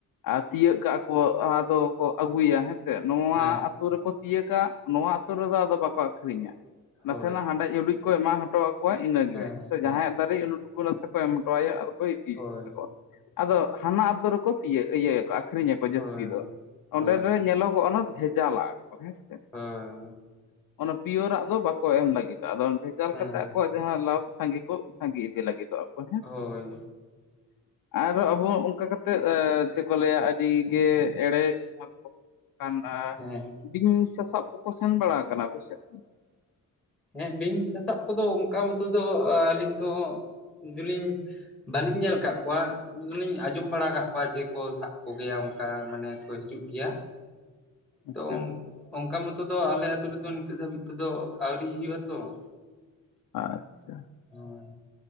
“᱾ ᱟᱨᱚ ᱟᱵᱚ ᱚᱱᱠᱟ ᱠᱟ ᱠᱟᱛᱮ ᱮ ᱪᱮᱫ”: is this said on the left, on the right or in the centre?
Left